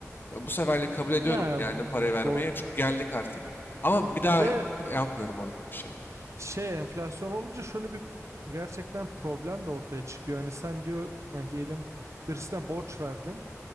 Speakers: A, on the left (about 40°); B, on the right (about 60°).
A: e, Bu seferlik kabul ediyorum
B: Ya
A: yani
B: e,
A: parayı vermeye
B: doğru.
A: çünkü geldik artık. Ama bir daha
B: Bir de
A: yapmıyorum orada bir şey.
B: şey enflasyon olunca şöyle bir gerçekten problem de ortaya çıkıyor. Hani sen diyor yani diyelim birisine borç verdin.